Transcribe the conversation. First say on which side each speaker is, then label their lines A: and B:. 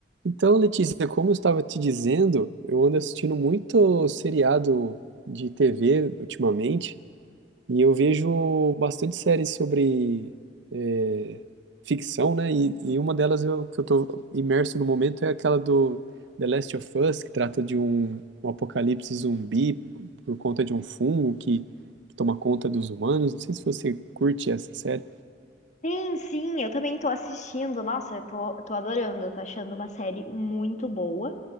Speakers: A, on the right; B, on the left.
A: Então, Letícia, como eu estava te dizendo, eu ando assistindo muito seriado de TV ultimamente e eu vejo bastante séries sobre é, ficção, né? E, e uma delas eu- que eu estou imerso no momento é aquela do The Last of Us, que trata de um, um apocalipse zumbi por conta de um fungo que, que toma conta dos humanos. Não sei se você curte essa série.
B: Sim, sim, eu também tô assistindo. Nossa, eu tô, eu tô adorando, eu tô achando uma série muito boa.